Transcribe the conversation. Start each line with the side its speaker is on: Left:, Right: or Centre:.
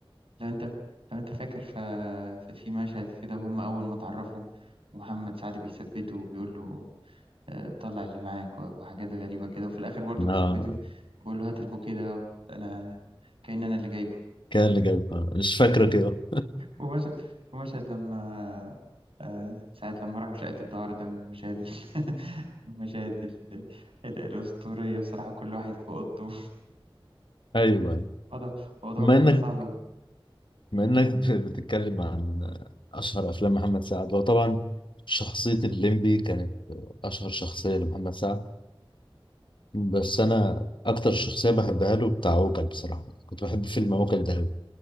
Right: لو انت لو انت فاكر ف... ففي مشهد كده وهم اول ما اتعرفوا ومحمد سعد بيثبته وبيقول له آه، طلع اللي معاك و- وحاجات غريبة كده وفي الاخر برضه بيثبته
Left: اه
Right: بيقول له هات البوكيه ده أهو، انا كأن انا اللي جايبه
Left: كان اللي جايب آه، مش فاكرة كده
Right: ومشهد ومشهد لما آه، ساعة لما راحوا شقة الدعارة ده من المشاهد ال- <laughs> المشاهد ال- ال- الأسطورية بصراحة كل واحد في أوضته
Left: ايوه أيوة.
Right: ده الموضوع
Left: بما انك
Right: كان صعب أوي
Left: بما انك بتتكلم عن اشهر افلام محمد سعد هو طبعا شخصية الليمبي كانت اشهر شخصية لمحمد سعد بس انا اكتر شخصية بحبها له بتاع عوكل بصراحة كنت بحب فيلم عوكل ده أوي.